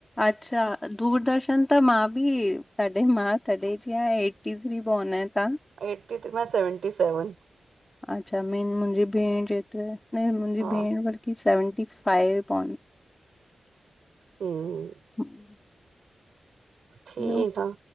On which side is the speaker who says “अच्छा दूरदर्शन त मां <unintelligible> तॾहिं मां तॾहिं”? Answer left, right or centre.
Left